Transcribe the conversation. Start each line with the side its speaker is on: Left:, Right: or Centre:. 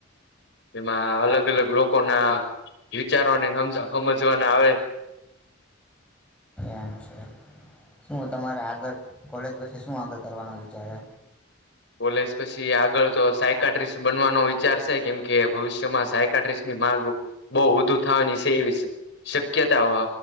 Left: એમાં અલગ અલગ લોકો ના વિચારોને સમ સમજવાના આવે
Centre: એમ છે. શું તમારે આગળ કોલેજ પછી શું આગળ કરવાનો વિચારે?
Left: કોલેજ પછી આગળ તો સાયકાટ્રીિસ્ટ બનવાનો વિચાર છે. કેમ કે ભવિષ્યમાં સાયકાટ્રીિસ્ટની માગું બહ વધુ થવાની છે. એવીશે શક્યતા